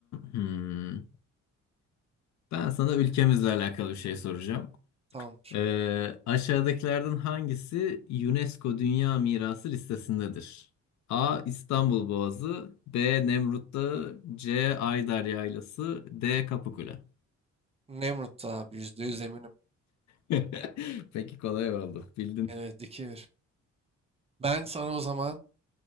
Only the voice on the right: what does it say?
Tamamdır.
Nemrut da abi %100 eminim.
Evet 2-1. Ben sana o zaman